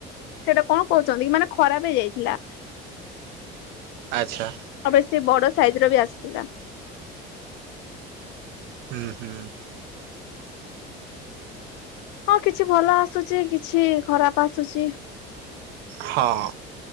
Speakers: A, on the left; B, on the right.
A: ସେଇଟା କଣ କହୁଛନ୍ତି କି ମାନେ ଖରାପ ହେଇଯାଇଥିଲା।
B: ଆଚ୍ଛା।
A: ଆ ବେସି ବଡ ସାଇଜ ର ବି ଆସିଥିଲା।
B: ହୁଁ ହୁଁ।
A: ହଁ କିଛି ଭଲ ଆସୁଛି। କିଛି ଖରାପ ଆସୁଛି।
B: ହଁ।